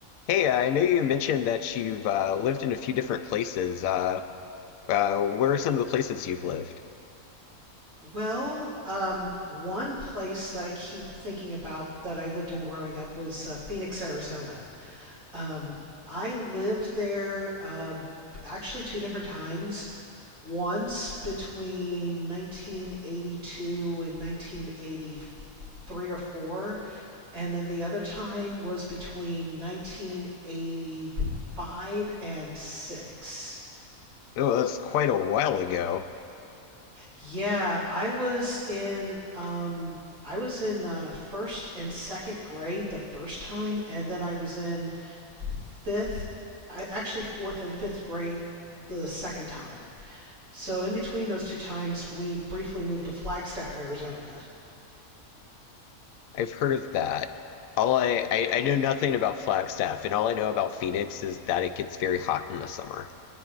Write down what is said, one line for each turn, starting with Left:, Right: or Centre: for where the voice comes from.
Left: Hey, uh, I know you mentioned that you've uh, lived in a few different places. Uh, uh, where are some of the places you've lived?
Right: Well, um, one place that I keep thinking about that I lived in growing up was uh, Phoenix, Arizona. Um, I lived there um actually two different times. Once between 1982 and 1983 or 4, and then the other time was between 1985 and 6.
Left: Oh, that's quite a while ago.
Right: Yeah, I was in um I was in uh first and second grade the first time and then I was in fifth I actually fourth and fifth grade the second time. So in between those two times we briefly moved to Flagstaff, Arizona.
Left: I've heard of that. All I, I, I know nothing about Flagstaff, and all I know about Phoenix is that it gets very hot in the summer.